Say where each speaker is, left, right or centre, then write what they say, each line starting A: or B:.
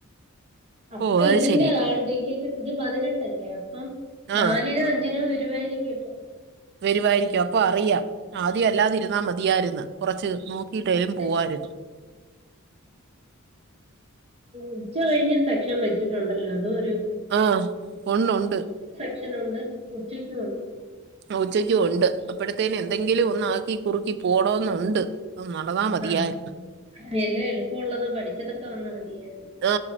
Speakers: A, on the right; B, on the right.
A: അപ്പ
B: ഓ അത്
A: ഇതിന്റെ
B: ശരി
A: ഹാൾടിക്കറ്റ് <unintelligible> പതിനെട്ടല്ലേ അപ്പം നാലിനോ
B: ആഹ്
A: അഞ്ചിനോ വരുവായിരിക്കും ഇപ്പൊ
B: വരുവായിരിക്കും അപ്പൊ അറിയാം ആദ്യം അല്ലാതിരുന്നാ മതിയായിരുന്നു കുറച്ച്
A: <unintelligible>
B: നോക്കിയിട്ടേലും പോവായിരുന്നു
A: ഉച്ച കഴിഞ്ഞ് സെക്ഷൻ വെച്ചിട്ടുണ്ടല്ലോ അതൊ ഒരു
B: ആ ഉണ്ട് ഉണ്ട്
A: <unintelligible> ക്ഷനുണ്ട് ഉച്ചക്കുംണ്ട്
B: ഉച്ചയ്ക്കും ഉണ്ട് അപ്പോഴത്തേന് എന്തെങ്കിലും ഒന്ന ആക്കി കുറുക്കി പോണന്നുണ്ട് ഒന്ന് നടന്നമതിയായി
A: അതുകൊണ്ടാ എല്ലാം എളുപ്പമുള്ളത് പഠിച്ചതൊക്കെ വന്നാ മതിയായിരുന്നു
B: ആ